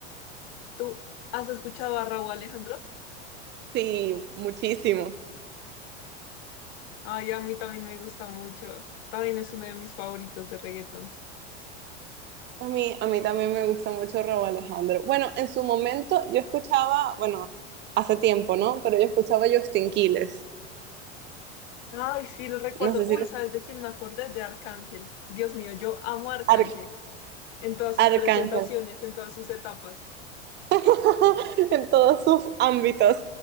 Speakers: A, on the left; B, on the right.
A: ¿Tú has escuchado a Raúl Alejandro?
B: Sí, muchísimo.
A: Ay, a mí también me gusta mucho. También es uno de mis favoritos de reggaeton.
B: A mí, a mí también me gusta mucho Rauw Alejandro. Bueno, en su momento yo escuchaba, bueno, hace tiempo, ¿no? Pero yo escuchaba Justin Quiles.
A: Ay, sí, lo recuerdo.
B: No sé
A: Uy,
B: si... lo...
A: ¿sabes de quién me acordé? De Arcángel. Dios mío, yo amo a Arcángel
B: Ar-
A: en todas sus
B: Arcángel.
A: presentaciones, en todas sus etapas.
B: <laughs> en todos sus ámbitos.